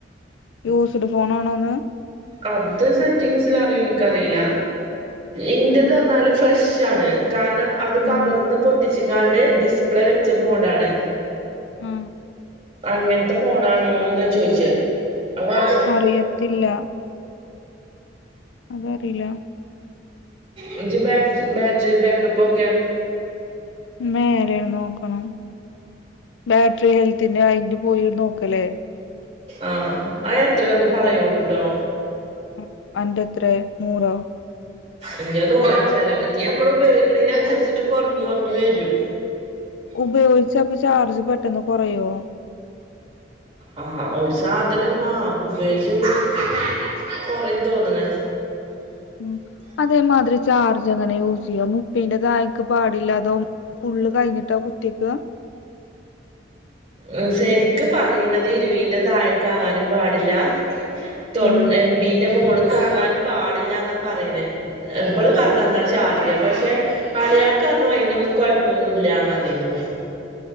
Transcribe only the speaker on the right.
അത് സെറ്റിങ്സിൽ അറിയോ എനിക്കറിയില്ല ഇന്റ്യേത് പറഞ്ഞാല് ഫ്രഷ് ആണ് കാരണം അത് കവർന്ന്
പൊട്ടിച്ച കാണ്ട് ഡിസ്പ്ലേ വെച്ച മോഡാണ്
അങ്ങനത്തെ ഫോണാണോ എന്ന ചോയിച്ച അവ <inaudible>
റിജ് ബാക്ക് ബാറ്ററി ബാക്കപ്പൊക്കേം
ആ അയ് എത്രയ ഒന്നു പറയോണ്ട്ട്ടോ
ഇന്റെ നൂറാഴ്ചാലോ ഞ്ഞി മ്മള് ഉപയോഗിക്കണെനനുസരിച്ചിട്ട് കുറഞ്ഞ് കുറഞ്ഞ് വരും
ആ ഒരു സാധനം ആ ഉപയോഗിച്ച് ഉപയോഗിച്ച് പിന്നെ കൊറയും തോന്നണ്
എഹ് ശരിക്ക് പറയണത് ഇരുവീന്റെ താഴേക്കാകാനും പാടില്ല തൊൺ
എം ബീ ന്റെ മോള് ക്കാകാനും പാടില്ലാന്നാ പറയണെ ഉം എഹ് ബ്ള് പറഞ്ഞന്നാ ഷാദിയ പക്ഷെ കളിയക പറണു അയ്നൊന്നും കൊഴപ്പൊന്നും ഇല്ലാ നറ്ഞ്ഞേര്ന്നു